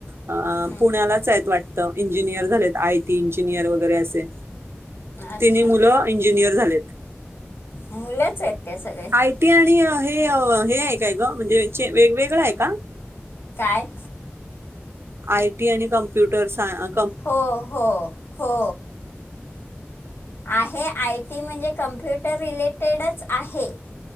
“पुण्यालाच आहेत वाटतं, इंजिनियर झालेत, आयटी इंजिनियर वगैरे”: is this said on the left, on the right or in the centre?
Right